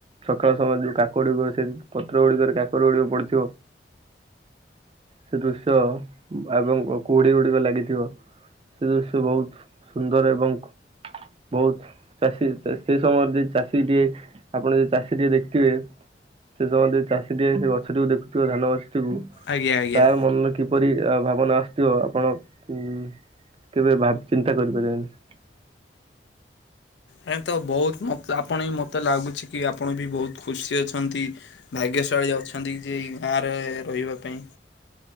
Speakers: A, on the right (about 30°); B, on the left (about 85°).
A: ସକାଳ ସମୟ ଯୋଉ କାକର ଗୁଡିକ ସେ ପତ୍ର ଗୁଡିକରେ କାକର ଗୁଡିକ ପଡିଥିବ। ସେ ଦୃଶ୍ୟ ଆଗମ କୁହୁଡିଗୁଡିକ ଲାଗିଥିବ ସେ ଦୃଶ୍ୟ ବହୁତ ସୁନ୍ଦର ଏବଂ ବହୁତ ଚାଷୀ ସେଇ ସମୟରେ ଯଦି ଚାଷୀ ଟେ ଆପଣ ଯଦି ଚାଷୀ ଟିକେ ଦେଖିଥିବେ ସେ ସମୟ ଚାଷୀ ଟିଏ ସେ ଗଛଟିକୁ ଦେଖୁଥିବ ଧାନ ଗ
B: ଆଜ୍ଞା ଆଜ୍ଞା।
A: ତା ମନରେ କିପରି ଭାବନା ଆସିଥିବ ଆପଣ ହୁଁ କେବେ ଭାବେ ଚିନ୍ତା କରିପାରିବାନି
B: ପ୍ର ତ ବହୁତ ମତ୍ ଆପଣ ବି ମୋତେ ଲାଗୁଛି କି ଆପଣ ବି ବହୁତ ଖୁସି ଅଛନ୍ତି ଭାଗ୍ୟଶାଳୀ ଅଛନ୍ତି ଯେଇ ଗାଁରେ ରହିବା ପାଇଁ